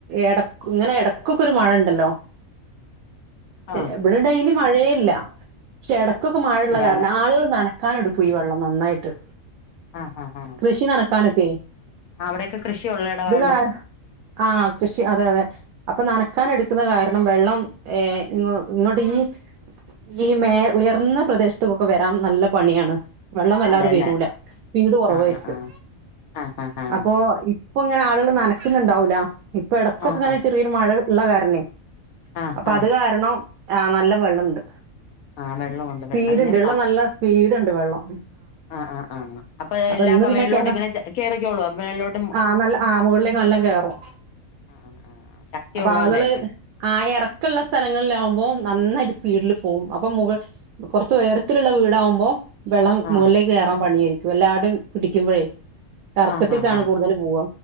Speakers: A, on the right; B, on the left.
A: എട് ഇങ്ങനെ ഇടക്ക്യക്കൊ ഒര് മഴ ഒണ്ടല്ലോ
B: ആ
A: ഇവടെ ഡെയ്ലി മഴയേയില്ല പശേ എടക്കൊക്കെ മഴയുള്ള
B: ഇല്ല
A: കാരണം
B: അല്ല
A: ആളുകള് ന ക്കാൻ എടുക്കും ഈ വെള്ളം നന്നായിട്ട്
B: ആഹ് ആഹ് ആഹ്
A: ക്യഷി നടക്കാനൊക്കെ
B: അവടെയക്കെ കൃഷിയൊള്ള എടവാ
A: <unintelligible> ആഹ് ക്യഷി അതെ അതെ അപ്പൊ നനാക്കാൻ എട്ക്ക്ന്നാ കാരണം വെള്ളം യെ ഇങ്ങോട്ട് ഇങ്ങോട്ട് ഈ ഈ മേ ഉയർന്നാ പ്രദേശത്തക്കൊക്കെ വേരാൻ നല്ലാ പണിയാണ് വെള്ളം വല്ലാതെ
B: അതെല്ലേ
A: വേരൂല്ലാ സ്പീട് കൊറവായിരിക്കും
B: ആ ആ ആ ആ ആ ആ
A: അപ്പൊ ഇപ്പൊ ഇങ്ങനെ ആ നനക്ക്ന്നുണ്ടാവൂല്ലാ ഇപ്പേ എടക്കൊക്കെ
B: ആഹ്
A: ങ്ങനെ
B: ആഹ്
A: ചെറിയൊര് മഴ ള്ള കാരണേ
B: ആഹ്
A: അപ്പൊ
B: ആഹ്
A: അത് കാരണം ആഹ് നല്ലാ വെള്ളം ണ്ട്
B: ആഹ് വെള്ളമുണ്ട്
A: സ്പീഡ്
B: വെള്ളമില്ലേ
A: ണ്ട് ള്ളത നല്ലാ സ്പീഡ് ഒണ്ട് വെള്ളം
B: ആ ആ ആ ആ അപ്പത്
A: അപ്പൊ
B: എല്ലാ
A: ഇന്ന്
B: അപ്പ
A: പിന്നെ
B: മേളിലോട്ട്
A: കേന
B: ഇങ്ങനെ ക കേറിക്കോള്ളൂ മേളിലോട്ട്.
A: ആ നല്ല ആ മുകളിലേക്ക് നല്ലോം കേറും
B: ആഹ് ആഹ് ആഹ് ശക്തി
A: അപ്പൊ
B: ഉള്ളോണ്ടായിരിക്കും
A: ആളള് കൾ. ആ ഇറക്കള്ള സ്ഥലങ്ങളിലാവുമ്പോൾ നന്നായിട്ട് സ്പീഡില് പോകും അപ്പൊ മുക- കൊറച്ച് ഉയരത്തിലുള്ള വീടാവുമ്പോ? വെള്ളം
B: ആഹ്
A: മുകളിലേക്ക് കയറാൻ പണിയായിരിക്കും എല്ലാടും പിടിക്കുമ്പോഴേ. എർക്കത്തിക്കാണ്
B: ആഹ് ആഹ് ആഹ്
A: കൂടുതല് പോവുക